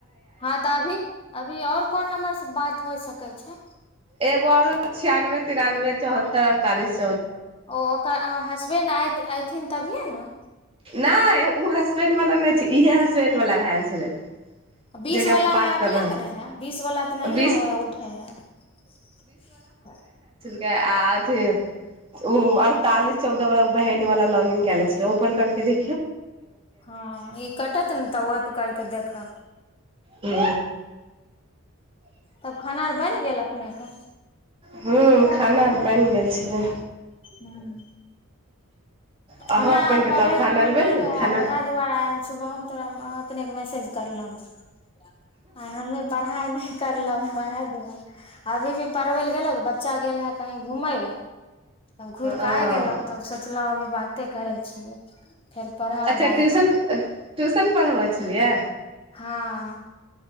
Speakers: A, on the left; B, on the right.
A: हँ तऽ अभी अभी और कोन नम्बर से बात होय सकैत छै छै
B: एगो आर छियानबे तिरानबे चौहत्तर अड़तालिस
A: ओ ओकर हसबेंड ऐथिन तभिए ने
B: नहि ओ हसबैंड वला नहि छै इएहे हसबैंड वला भए छलै
A: बीसवला
B: जेकरा पर बात
A: हए अपनेके
B: कर रहल
A: ने हइ बीसवला तऽ नहिए
B: बीस
A: हो उठै हइ
B: के अथी उ अड़तालीस चौदह बा बहिन वाला लॉग इन केले छ पर दीदी
A: हँ ई कटत ने तब ओहिपर करि कऽ देखब
B: ह
A: तब खाना आर बनि गेल अप क क
B: हू खाना आर बनि गेल छलै
A: ह्म
B: अहाँ
A: हमरा
B: अपन
A: आइ
B: बताउ
A: पढ़यके
B: खाना
A: मोन
B: आर बनि
A: नहि
B: गेल
A: रहए
B: खाना
A: र ओएह दुआरे हम सुबहमे तोरा हम अपनेके मैसेज करलहुँं रह आ हमे पढ़ाई नहि करलहु ह दुआ अभी भी पढ़बैल गेलो तऽ बच्चा गेल है कहीं घूमय लए तब घुर
B: ओ
A: कऽ आइ गेलहुँ तब सोचलहु अभी बाते करै छियै फेर पढ़ब
B: अच्छा
A: राति
B: ट्यूशन
A: कऽ
B: ट्यूशन पढ़ब बुझलियै
A: हँ